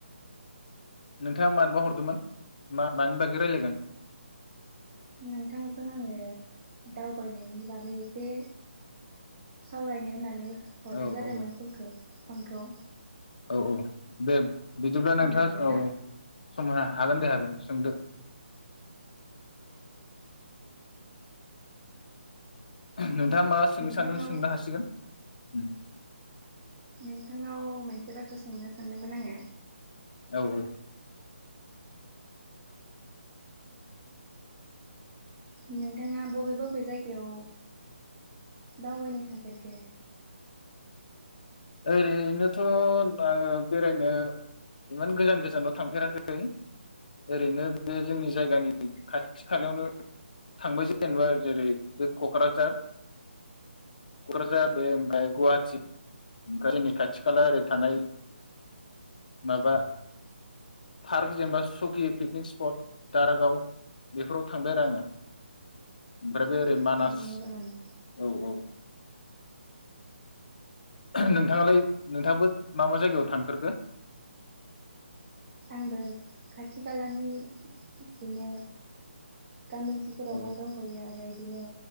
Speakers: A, on the left; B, on the right.
A: नोंथाङा मानोबा हरदोंमोन मा मानि बागै रायलायगोन?
B: नोंथांजों आङो दावबायनायनि बागै एसे सावरायनो होननानै हरनाय
A: औ
B: जादोंमोन
A: औ
B: कलखौ पनखौ।
A: औ-औ दे बिदिब्ला नोंथां
B: हागोन
A: औ,
B: ना
A: सम होनो हागोन दे हागोन सोंदो। <unintelligible> नोंथाङा मा सोंनो
B: नोंथांनाव
A: सानदों सोंनो हासिगोन। उम
B: नोंथांनाव मोनसे बाथ्रा सोंनो सानदोंमोन आङो।
A: औ-औ
B: नोंथाङा बबे बबे जायगायाव दावबायनो थांफेरखो?
A: ओरैनोथ' आङो बेरायनो इमान गोजान- गोजानाव थांफेराखै ओरैनो बे जोंनि जायगानि खाथि खालायावनो थांबाय जेनेबा जेरै बे क'क्राझार- क'क्राझार बे ओमफाय गुवाहाटि। ओमफ्राय जोंनि खाथि खाला ओरै थानाय माबा पार्क जेनेबा सकि पिकनिक स्पट दारागाव बेफोराव थांबाय आरो आङो ओमफ्राय बे ओरै
B: अ
A: मानास
B: नंगौ नामा
A: औ-औ नोंथाङालाय नोंथाङाबो मा मा जायगायाव थांफेरखो?
B: आंबो खाथि खालानि बिदिनो गामि ओनसोलफोरावबो
A: औ
B: दावबायो आरो बिदिनो